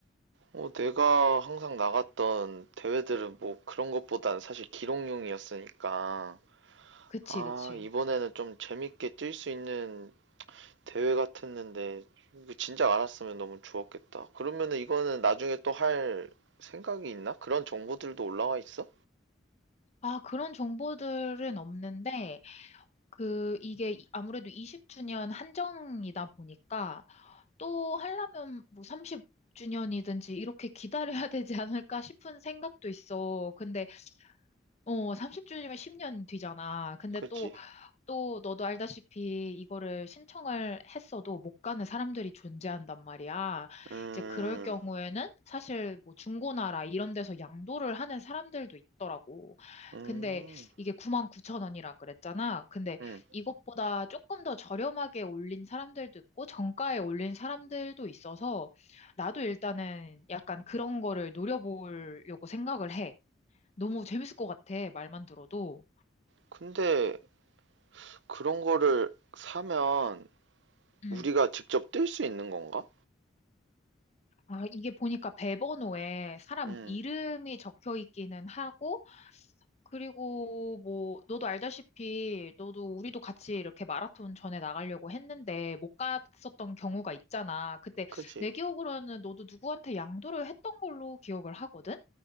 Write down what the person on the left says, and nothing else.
그치,
그치.
아, 그런 정보들은 없는데, 그, 이게 이- 아무래도 20주년 한정이다 보니까, 또 하려면 뭐 30주년이든지 이렇게 기다려야 되지 않을까 싶은 생각도 있어. 근데, 어, 30주년이면 10년 뒤잖아. 근데
또 너도 알다시피 이거를 신청을 했어도 못 가는 사람들이 존재한단 말이야.
이제 그럴 경우에는 사실 뭐 중고나라 이런 데서 양도를 하는 사람들도 있더라고.
근데 이게 99,000원이라 그랬잖아. 근데
이것보다 조금 더 저렴하게 올린 사람들도 있고 정가에 올린 사람들도 있어서 나도 일단은 약간 그런 거를 노려보려고 생각을 해. 너무 재밌을 것 같아. 말만 들어도.
음.
아, 이게 보니까 배번호에 사람
이름이 적혀 있기는 하고, 그리고 뭐, 너도 알다시피, 너도 우리도 같이 이렇게 마라톤 전에 나가려고 했는데, 못 갔었던 경우가 있잖아. 그때
내 기억으로는 너도 누구한테 양도를 했던 걸로 기억을 하거든?